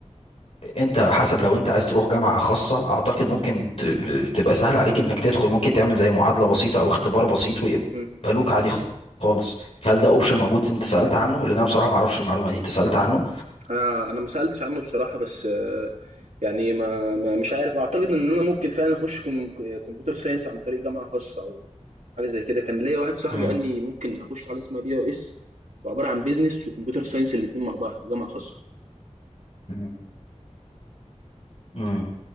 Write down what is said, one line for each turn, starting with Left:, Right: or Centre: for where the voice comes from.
Left: انت حسب لو انت عايز تروح جامعة خاصة اعتقد ممكن ت- ب- تبقى سهل عليك انك تدخل ممكن تعمل زي معادلة بسيطة او اختبار بسيط ويقبلوك
Right: إمم.
Left: عادي خ- خالص هل ده اوبشن موجود انت سألت عنه لان انا بصراحة ما اعرفش المعلومة دي انت سألت عنه
Right: أنا أنا ما سألتش عنه بصراحة، بس آه، يعني ما ما مش عارف، أعتقد إن أنا ممكن فعلًا أخُش كم ك computer science عن طريق جامعة خاصة أو حاجة زي كده. كان ليّا واحد صاحبي
Left: امم
Right: قال لي ممكن أخُش حاجة اسمها BIS هو عبارة عن business وcomputer science الاتنين مع بعض، جامعة خاصة.
Left: مم. امم